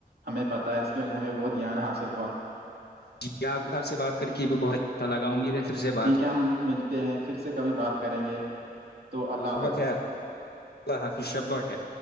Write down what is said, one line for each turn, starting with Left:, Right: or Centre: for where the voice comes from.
Right: ہمیں بتایا اس کی وجہ ہمیں بہت گیان حاصل ہوا
Left: جی آپ آپ سے بات کر کے بھی بہت اچھا لگا امید ہے پھر سے
Right: ٹھیک
Left: بات
Right: ہے ہم ملتے ہیں پھر سے کبھی بات کریں گے تو اللہ
Left: ہو شبہ
Right: حافظ
Left: خیر اللہ ہاں سی شب بق ہے